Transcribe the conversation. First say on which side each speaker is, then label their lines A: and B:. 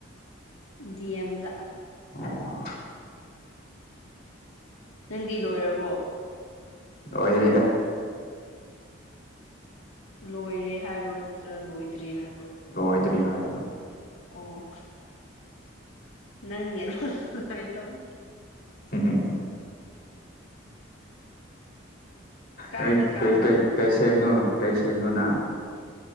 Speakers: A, on the left; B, on the left.
A: ꯗꯤ ꯑꯦꯝꯗ
B: ꯑꯣ
A: ꯅꯪꯗꯤ ꯂꯣꯏꯔꯕꯣ
B: ꯑꯣꯏꯔꯤꯗ
A: ꯂꯣꯏꯔꯦ ꯍꯥꯏꯕ꯭ꯔꯣ ꯅꯠꯇ꯭ꯔꯥ ꯂꯣꯏꯗ꯭ꯔꯤ ꯍꯥꯏꯕ꯭ꯔꯣ
B: ꯂꯣꯏꯗ꯭ꯔꯤ ꯍꯥꯏꯔꯒ
A: ꯑꯣ ꯅꯪ ꯅꯦꯠꯋꯥꯛ ꯅꯨꯡꯉꯥꯏꯇꯕꯒꯤ
B: <unintelligible>
A: ꯀꯥꯏꯗ
B: ꯀꯩ
A: ꯀꯥꯕꯅꯣ
B: ꯀꯩ ꯀꯩ
A: ꯅꯪꯗꯤ
B: ꯀꯩ ꯁꯦꯝꯅꯣ ꯀꯩ ꯁꯦꯝ ꯅꯣꯅꯪ